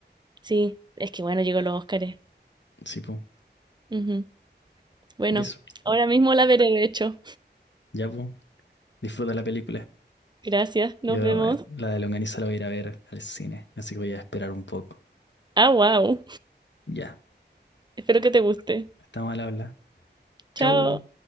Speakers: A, on the right; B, on the left.
A: Sí, es que bueno, llegó los Óscares.
B: Sí, po.
A: Ujú. Bueno,
B: Y eso,
A: ahora mismo la veré, de hecho.
B: ya, po. Disfruta la película.
A: Gracias, nos
B: Yo
A: vemos.
B: eh, la de Longaniza la voy a ir a ver al cine, así que voy a esperar un poco.
A: Ah, wow.
B: Ya,
A: Espero que te guste.
B: estamos al habla.
A: Chao.
B: Chau.